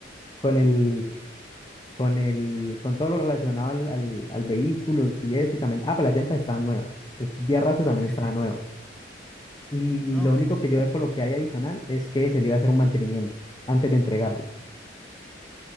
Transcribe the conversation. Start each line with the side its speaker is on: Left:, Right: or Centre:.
Left: con el, con el, con todo lo relacionado al, al, al vehículo y eso. Y también, ah, pero las llantas estaban nuevas. El kit de arrastre
Centre: ok,
Left: también estaba nuevo. Y
Centre: ah,
Left: lo
Centre: ok.
Left: único que yo coloqué ahí adicional es que se le iba a hacer un mantenimiento antes de entregarlo.